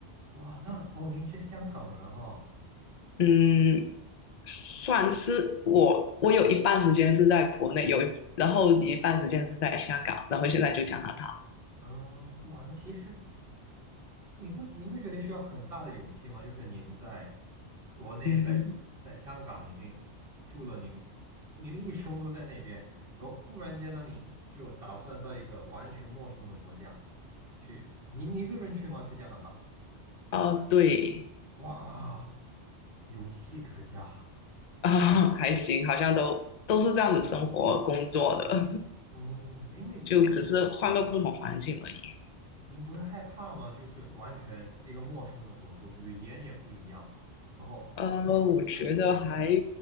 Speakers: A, on the right; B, on the left.
A: 哇，那哦，您是香港人哈、
B: 嗯，算是我，我有一半时间是在国内，有一然后一半时间是在香港，然后现在就加拿大。
A: 嗯，哇，那其实。你不您不觉得需要很大的勇气吗？就是您在国内在在香港已经住了您您的一生都在那边，
B: 嗯哼，
A: 然后忽然间呢，你就打算到一个完全陌生的国家去，您一个人去吗？去加拿大？
B: 哦，对。
A: 哇，勇气可嘉。
B: <laughs> 啊，还行，好像都都是这样子生活工作的，
A: 嗯，因为
B: 就只是换个不同环境而已。
A: 您不会害怕吗？就是完全一个陌生的国度，语言也不一样，然后朋友我相信也没有。
B: 呃，我觉得还